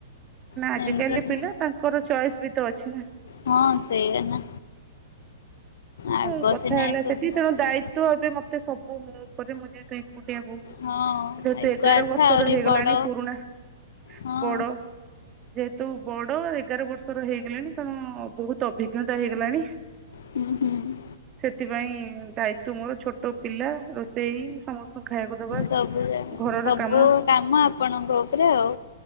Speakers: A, on the left (about 75°); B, on the right (about 25°).
A: ସେମିତି
B: ଆଜିକାଲି ପିଲା ତାଙ୍କର ଚଏସ୍ ତ ଅଛି ନା
A: ହଁ ସେଇ ନା
B: ତେଣୁ
A: ଆଗ
B: କଥା
A: ସିନା
B: ହେଲା
A: ଏସବୁ
B: ସେଠି
A: ନଥିଲା
B: ତେଣୁ ଦାୟିତ୍ଵ ଏବେ ମତେ ସବୁ ମୁଁି <inaudible> ଏକୁଟିଆ ବୋହୁ
A: ହଁ
B: ଯେହେତୁ
A: ଏକା
B: ଏଗାର
A: ଆଚ୍ଛା
B: ବର୍ଷର
A: ଆହୁରି
B: ହେଇଗଲାଣି
A: ବଡ
B: ପୁରୁଣା
A: ହଁ
B: ବଡ। ଯେହେତୁ ବଡ ଏଗାର ବର୍ଷର ହେଇଗଲିଣି ତେଣୁ ବହୁତ ଅଭିଜ୍ଞତା ହେଇଗଲାଣି।
A: ହୁଁ ହୁଁ
B: ସେଥିପାଇଁ ଦାୟିତ୍ୱ ମୋର। ଛୋଟ ପିଲା ରୋଷେଇ ସମସ୍ତଙ୍କୁ ଖାଇବାକୁ ଦବା
A: ସବୁ
B: ଘରର
A: ସବୁ
B: କାମ
A: କାମ ଆପଣଙ୍କ ଉପରେ ଆଉ।